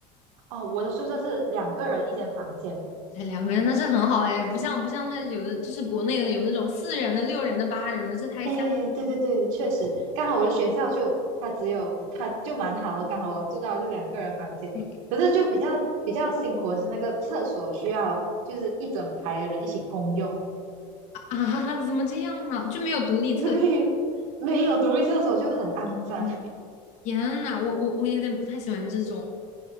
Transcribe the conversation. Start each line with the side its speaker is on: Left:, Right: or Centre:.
Right: 哦，我的宿舍是两个人一间房间。
Left: 哎，两个人那是很好哎，不像不像他有的就是国内的有那种四人的、六人的、八人的，这太吓人
Right: 哎，对对对，确实，刚好我的学校就它只有它就蛮好的，刚好我住到就两个人房间。
Left: 了
Right: 可是就比较比较辛苦的是那个厕所需要就是一整排的人一起共用，
Left: 啊，怎么这样呢？就没有独立厕所？
Right: <laughs> 因为没有独立厕所就很肮脏。
Left: 嗯，天呐，我我我有点不太喜欢这种，